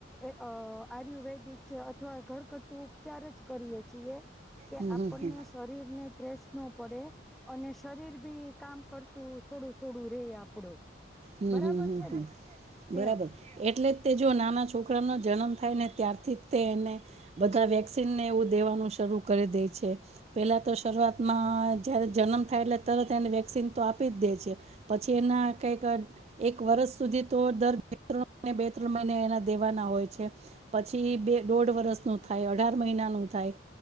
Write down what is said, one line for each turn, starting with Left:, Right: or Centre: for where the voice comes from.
Centre: આયુર્વેદિક છે અથવા ઘર ઉપચાર જ કરીએ છીએ કે
Right: હમ
Centre: આપણને
Right: હમ હમ
Centre: શરીરને ટ્રેસ્ટ ન પડે અને શરીર બી કામ કરતું થોડું થોડું રે આપણું
Right: હમ
Centre: બરાબર
Right: હમ
Centre: છે
Right: હમ
Centre: ને
Right: બરાબર
Centre: એમ
Right: એટલે તે જો નાના છોકરાનો જન્મ થાય ને ત્યારથી તે એને બધા વેક્સિનને એવું દેવાનું શ શરૂ કરી દે છે, પહેલા તો શરૂઆતમાં જ્યારે જન્મ થાય એટલે તરત એને વેક્સિન આપી કરી જ દે છે, પછી એના કઈક એક વર્ષ સુધી તો દર બે, ત્રણ બે, ત્રણ મહિને એના દેવાના હોય છે. પછી ઈ બે દોઢ વર્ષ નું થાય અઢાર મહિનાનું થાય